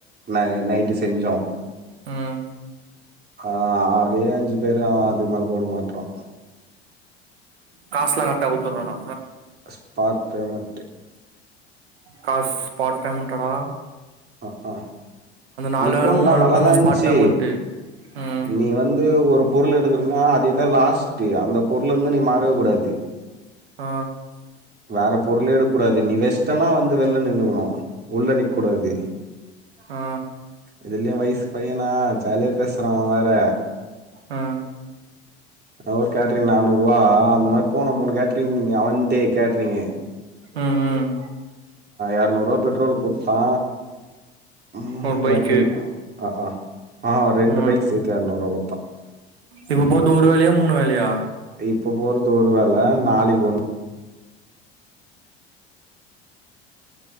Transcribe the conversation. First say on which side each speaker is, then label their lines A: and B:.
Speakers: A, on the right; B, on the right.
A: ந நைட்டு செஞ்சோ
B: ம்
A: அ அதே அஞ்சு பேரு அவ அதுக் மேல கூப்டமாட்றா
B: காஸ்ல்லா கர்ட்டா குட்த்துற்றானா
A: spot payment
B: cash spot payment டாடா
A: அ அ
B: நாலு
A: நிப்போன்டா
B: வேல மூணு வேல
A: நல்லாதா
B: போட்ணு
A: இருன்ச்சு
B: ஸ்பாட் பேமெண்ட்டு ம்
A: நீ வந்து ஒரு பொருள எடுக்குறனா அதேதா லாஸ்ட்டு அந்த பொருளருந்து நீ மாறவேகூடாது
B: ஆ
A: வேற பொருளே எடுக்கூடாது நீ வெஸ்டனா வந்து வெளில நின்னுக்கனு உள்ள நிக்ககூடாது
B: ஆ
A: இதுலியு வயஸ்ஸூ பையனா ஜாலியா பேச்றா அவ வேற
B: ஆ
A: அவுர் கேட்ரிங் நானூருவா அந்மாரி போனோ மூணு கேட்ரிங் அவுன்ந்தே கேட்ரிங்கு
B: ம் ம்
A: எரநூற்றுவா பெட்ரோலுக்கு குட்த்தா மூணு
B: ஒரு பைக்கு
A: கேட்ரிங் அ அ ஆ ரெண்டு
B: ம்
A: பைக் சேத்து எர்நூறுவா குட்த்தா
B: இப்ப போறது ஒரு வேலயா மூணு வேலயா
A: டே இப்போ போறது ஒரு வேல நாளைக்கு ஒன்